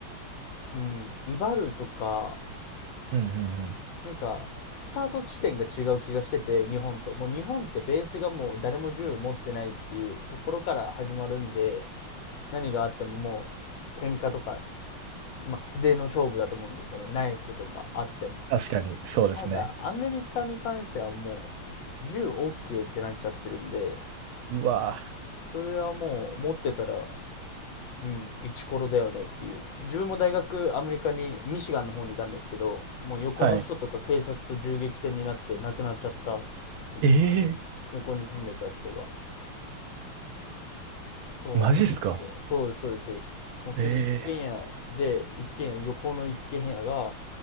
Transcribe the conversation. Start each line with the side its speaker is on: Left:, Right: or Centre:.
Left: うん、威張るとか、
Right: うん、うん、うん。
Left: なんか、スタート地点が違う気がしてて、日本と。もう日本ってベースがもう誰も銃持ってないっていうところから始まるんで、何があってももう、喧嘩とか、まあ、素手の勝負だと思うんですよね。ナイフとかあっても。
Right: 確かに、そうですね。
Left: ただ、アメリカに関してはもう、銃 OK ってなっちゃってるんで、
Right: うわ
Left: それはもう持ってたら、うん、一コロだよねっていう。自分も大学、アメリカに、ミシガンの方にいたんですけど、もう横の人とか警察と銃撃戦になって亡くなっちゃったっすもん。
Right: ー。はい。ええ
Left: 横に住んでた人が。そうなんですよ。
Right: マジっすか
Left: そうです、そうです、そうです。もう普通に一軒家で、
Right: ええ
Left: 一軒家、横の一軒家が、